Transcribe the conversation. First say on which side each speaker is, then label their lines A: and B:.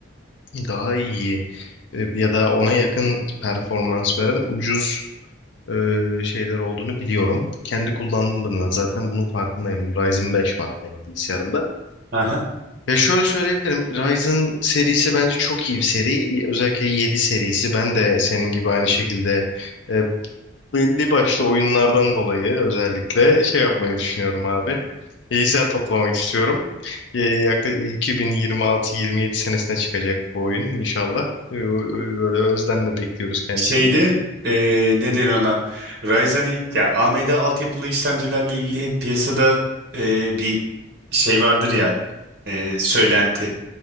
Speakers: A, on the left; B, on the right.
A: daha iyi e, ya da ona yakın performans veren ucuz e, şeyler olduğunu biliyorum. Kendi kullandığımda da zaten bunun farkındayım. Ryzen 5 var benim bilgisayarımda.
B: hı.
A: Ya şöyle söyleyebilirim. Ryzen serisi bence çok iyi bir seri. Özellikle 7 serisi. Ben de senin gibi aynı şekilde e, belli başlı oyunlardan dolayı özellikle şey yapmayı düşünüyorum abi. Bilgisayar toplamak istiyorum. Ee, yaklaşık 2026-27 senesine çıkacak bu oyun inşallah. Ee, Böyle özlemle bekliyoruz kendisini.
B: Şeyde eee ne denir ona? Ryzen ya AMD altyapılı işlemcilerle ilgili hep piyasada eee, bir şey vardır ya eee, söylenti.